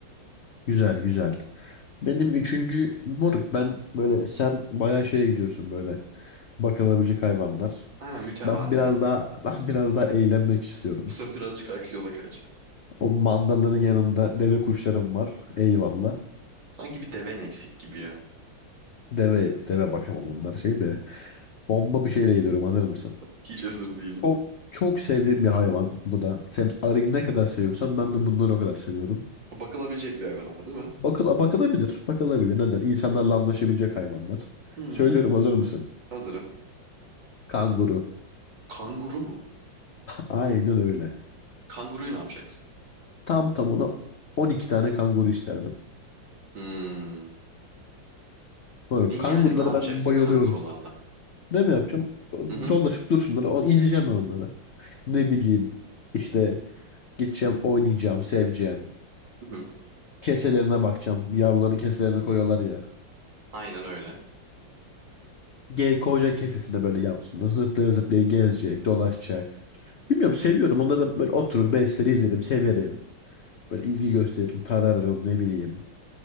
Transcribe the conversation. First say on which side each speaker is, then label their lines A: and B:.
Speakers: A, on the left (about 70°); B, on the right (about 70°).
A: Güzel güzel. Benim üçüncü moruk ben böyle sen bayağı şeye gidiyorsun böyle bakılabilecek hayvanlar.
B: Aynen mütevazi.
A: Ben biraz daha ben biraz daha eğlenmek istiyorum.
B: <laughs> Bu sefer birazcık aksiyona kaçtın.
A: O mandaların yanında deve kuşlarım var. Eyvallah.
B: Sanki bir deven eksik gibi ya.
A: Deve, deve bakamam bunlar şey de. Bomba bir şeyle geliyorum hazır mısın?
B: Hiç hazır değilim.
A: Çok çok sevdiğim bir hayvan bu da. Sen arıyı ne kadar seviyorsan ben de bunları o kadar seviyorum.
B: Bakılabilecek bir hayvan ama değil mi?
A: Bakıl, bakılabilir. Bakılabilir. Neden? İnsanlarla anlaşabilecek hayvanlar.
B: Hmm,
A: Söylüyorum hazır mısın?
B: hazırım.
A: Kanguru.
B: Kanguru mu?
A: Aynen öyle.
B: Kanguruyu ne yapacaksın?
A: Tam tamına 12 tane kanguru isterdim.
B: Hmm.
A: Böyle
B: Peki
A: kangurulara
B: yani ne yapacaksın
A: ben bayılıyorum.
B: kangurularla?
A: Ne mi yapacağım?
B: Hı hı,
A: Dolaşıp dursunlar. O- izleyeceğim ben onları. Ne bileyim. İşte gideceğim, oynayacağım, seveceğim.
B: hı hı.
A: Keselerine bakacağım. Yavruların keselerine koyuyorlar ya.
B: Aynen öyle.
A: Ge koca kesesinde böyle yavrusunu zıplaya zıplaya gezecek, dolaşacak. Bilmiyorum seviyorum. Onları ben böyle oturur besleri izlerim, severim. Böyle ilgi gösteririm, tararım, ne bileyim.